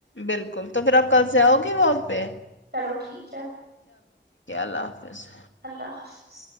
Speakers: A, on the left (about 85°); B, on the right (about 60°).
A: بالکل تو پھر آپ کل سے آؤ گے ورک پے
B: چلو ٹھیک ہے
A: اللہ حافظ
B: اللہ حافظ